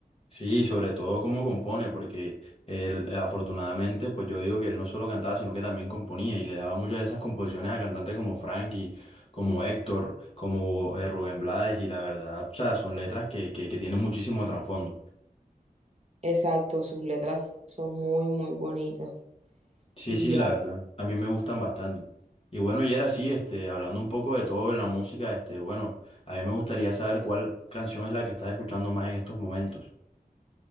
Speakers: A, on the left; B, on the right.
A: Sí, sobre todo cómo compone, porque él eh, afortunadamente, pues yo digo que él no solo cantaba, sino que también componía y le daba muchas de esas composiciones a cantantes como Frankie, como Héctor, como eh, Rubén Blades y la verdad, o sea, son letras que, que, que tienen muchísimo trasfondo.
B: Exacto, sus letras son muy, muy bonitas.
A: Sí,
B: Y
A: sí, la
B: a-
A: verdad. A mí me gustan bastante. Y bueno, y era así, este, hablando un poco de todo en la música, este, bueno, a mí me gustaría saber cuál canción es la que estás escuchando más en estos momentos.